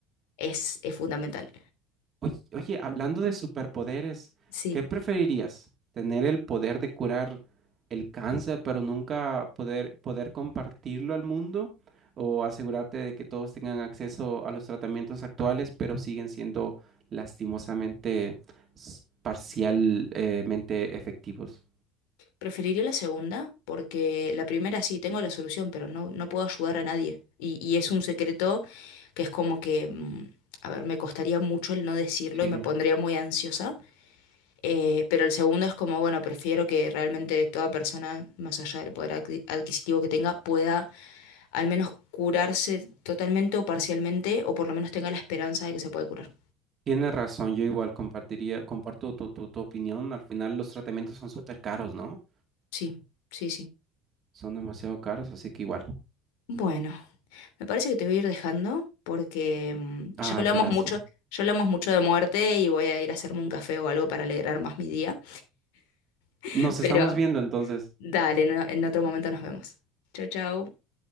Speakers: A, on the left (about 80°); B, on the right (about 30°).
A: es, es fundamental.
B: Oye, oye, hablando de superpoderes,
A: Sí.
B: ¿qué preferirías? ¿Tener el poder de curar el cáncer, pero nunca poder, poder compartirlo al mundo? ¿O asegurarte de que todos tengan acceso a los tratamientos actuales, pero siguen siendo lastimosamente s- parcialmente efectivos?
A: Preferiría la segunda, porque la primera sí tengo la solución, pero no, no puedo ayudar a nadie. Y, y es un secreto que es como que, mm, a ver, me costaría mucho el no decirlo
B: Sí.
A: y me pondría muy ansiosa. Eh, pero el segundo es como, bueno, prefiero que realmente toda persona, más allá del poder adqui- adquisitivo que tenga, pueda al menos curarse totalmente o parcialmente, o por lo menos tenga la esperanza de que se puede curar.
B: Tienes razón, yo igual compartiría, comparto tu, tu, tu opinión. Al final los tratamientos son súper caros, ¿no?
A: Sí, sí, sí.
B: Son demasiado caros, así que igual.
A: Bueno. Me parece que te voy a ir dejando porque mm,
B: Ah,
A: ya hablamos
B: qué lástima.
A: mucho, ya hablamos mucho de muerte y voy a ir a hacerme un café o algo para alegrar más mi día. <laughs>
B: Nos
A: Pero
B: estamos viendo entonces.
A: dale, en en otro momento nos vemos. Chau, chau.